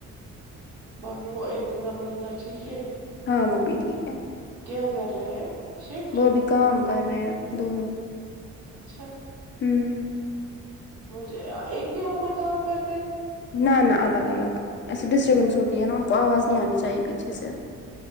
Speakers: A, on the right; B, on the left.
A: باقی وہ ارتظام منازا ٹھیک ہے
B: ہاں وہ بھی ٹھیک ہے
A: کیا کر رہے ہیں شفٹ
B: وہ بھی کام کر رہے ہیں دونوں
A: اچھا
B: ہوں
A: مجھے ایک ہی روم میں کام کر
B: نہ نہ الگ الگ ایسے ڈسٹربنس ہوتی ہے نا ان کو آواز نہیں آنی چاہیے پیچھے سے